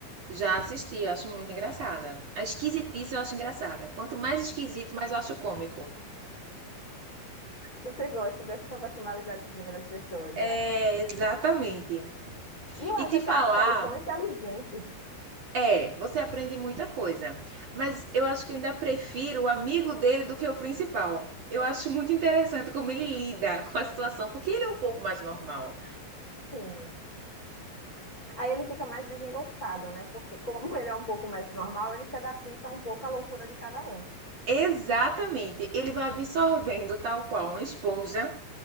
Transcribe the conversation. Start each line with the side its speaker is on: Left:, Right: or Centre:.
Right: Já assisti, eu acho muito engraçada. A esquisitice eu acho engraçada. Quanto mais esquisito, mais eu acho cômico.
Left: Você gosta dessa personalidadezinha das pessoas,
Right: É,
Left: né?
Right: exatamente.
Left: E eu
Right: E
Left: acho
Right: te
Left: aquela
Right: falar
Left: série tão inteligente.
Right: É, você aprende muita coisa. Mas eu acho que eu ainda prefiro o amigo dele do que o principal. Eu acho muito interessante como ele lida com a situação, porque ele é um pouco mais normal.
Left: Sim. Aí ele fica mais desengonçado, né? Porque como ele é um pouco mais normal, ele se adapta um pouco à loucura de cada um.
Right: Exatamente, ele vai absorvendo, tal qual uma esponja,